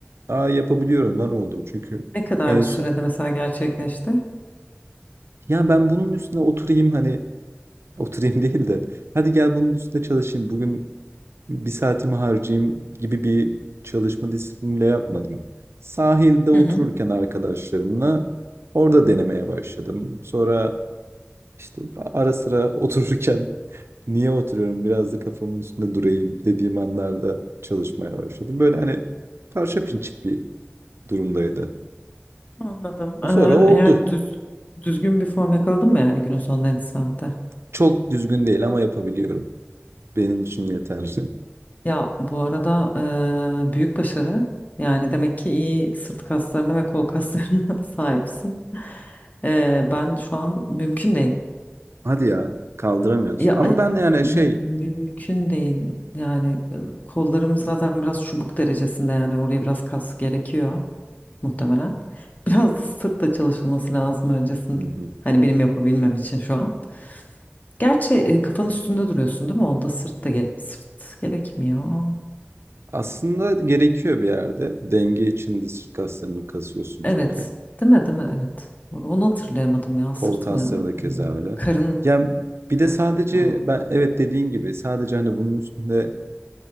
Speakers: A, on the right; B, on the left.
A: aa yapabiliyorum lan oldum. Çünkü
B: ne kadar
A: en
B: bir
A: son
B: sürede mesela gerçekleşti?
A: ya ben bunun üstüne oturayım hani oturayım <laughs> değil de hadi gel bunun üstüne çalışayım. Bugün bir saatimi harcayayım gibi bir çalışma disipliniyle yapmadım. Sahilde otururken
B: Hı hı.
A: arkadaşlarımla orada denemeye başladım. Sonra işte ara sıra <laughs> otururken niye oturuyorum biraz da kafamın üstünde durayım dediğim anlarda çalışmaya başladım. Böyle hani parça pinçik bir durumdaydı.
B: Anladım. Ee,
A: Sonra oldu.
B: eğer düz, düzgün bir form yakaladın mı yani günün sonunda handstand'de?
A: Çok düzgün değil ama yapabiliyorum. Benim için yeterli.
B: Ya bu arada eee, büyük başarı. Yani demek ki iyi sırt kaslarına ve kol kaslarına <laughs> sahipsin. Eee, ben şu an mümkün değil.
A: <laughs> Hadi ya kaldıramıyorsun.
B: Ya
A: Ama
B: ay,
A: ben de yani
B: mü-
A: şey
B: mümkün değil. Yani e, kollarım zaten biraz çubuk derecesinde yani oraya biraz kas gerekiyor muhtemelen. Biraz da sırtla çalışılması lazım öncesinde.
A: <laughs>
B: Hani benim yapabilmem için şu an. Gerçi e, kafanın üstünde duruyorsun değil mi? Onda sırt da gere- sırt gerekmiyor.
A: Aslında gerekiyor bir yerde. Denge için de sırt kaslarını kasıyorsun
B: Evet.
A: çünkü.
B: Değil mi? Değil mi? Evet. Doğru. Onu hatırlayamadım ya.
A: Kol
B: Sırt
A: kasları
B: mı?
A: da keza
B: Ee,
A: öyle.
B: Karın.
A: Yani bir
B: Karın.
A: de sadece
B: Ha.
A: ben evet dediğin gibi sadece hani bunun üstünde